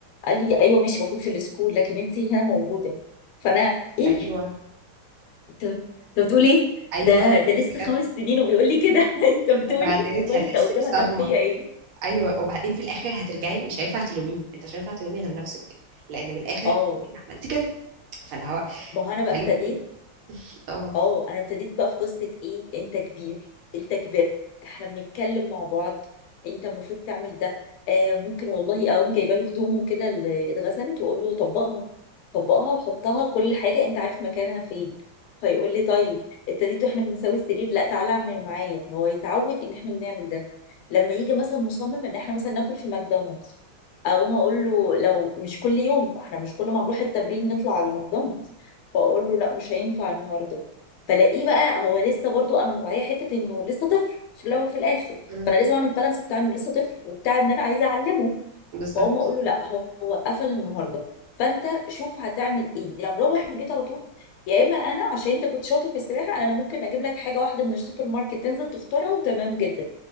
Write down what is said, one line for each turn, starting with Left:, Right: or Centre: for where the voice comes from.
Left: قال لي ايوه ماشي بكون في السكول لكن انت هنا موجوده فانا ايه
Right: ايوه
Left: انت انت بتقول ايه
Right: ايوه
Left: ده ده لسه
Right: بجد
Left: خمس سنين وبيقول لي كده <laughs> انت بتقول
Right: وبعدين
Left: ايه
Right: انت
Left: امال
Right: هتحسي
Left: انت قدام
Right: بصدمه
Left: هتعمل فيا ايه
Right: ايوه وبعدين في الاخر هترجعي مش هينفع تلوميه انت مش هينفع تلومي غير نفسك لان من الاخر
Left: اه
Right: إيه اللي عملت كده فاللي هو
Left: ما هو انا بقى
Right: هلوم
Left: ابتديت
Right: مين <laughs> اه
Left: اه انا ابتديت بقى في قصه ايه انت كبير انت كبرت احنا بنتكلم مع بعض انت المفروض تعمل ده آه ممكن والله اقوم جايبه له هدومه كده اللي اتغسلت واقول له طبقها طبقها وحطها كل حاجه انت عارف مكانها فين فيقول لي طيب ابتديت واحنا بنساوي السرير لا تعالى اعمل معايا هو يتعود ان احنا بنعمل ده لما يجي مثلا مصمم ان احنا مثلا ناكل في ماكدونالدز اقوم اقول له لو مش كل يوم احنا مش كل ما نروح التمرين نطلع على ماكدونالدز فاقول له لا مش هينفع النهارده فلاقيه بقى هو لسه برضو انا مراعيه حته انه لسه طفل في الاول وفي الاخر
Right: م.
Left: فانا لازم اعمل بالانس بتاع انه لسه طفل وبتاع ان انا عايزه اعلمه
Right: بالظبط
Left: فاقوم اقول له لا هو هو قفل النهارده فانت شوف هتعمل ايه يا يعني نروح البيت على طول يا اما انا عشان انت كنت شاطر في السباحه انا ممكن اجيب لك حاجه واحده من السوبر ماركت تنزل تختارها وتمام جدا